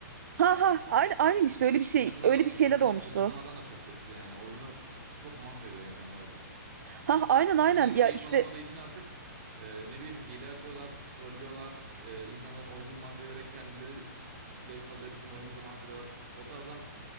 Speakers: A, on the right; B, on the right.
A: Ha ha aynen, aynen
B: İ-
A: işte öyle bir şey
B: İnsanlar,
A: öyle bir şeyler
B: insanlar
A: olmuştu.
B: bu durumlardan da çok bıktı yani. Oyunu çok mahvediyor insanlar artık.
A: Ha aynen
B: İnsanlar
A: aynen ya
B: keyif
A: işte
B: alamadığı için artık e, ne bileyim hile açıyorlar, trollüyorlar. E, insanların oyununu mahvederek kendileri zevk alıyor. Bizim oyunumuzu mahvediyorlar. O tarzdan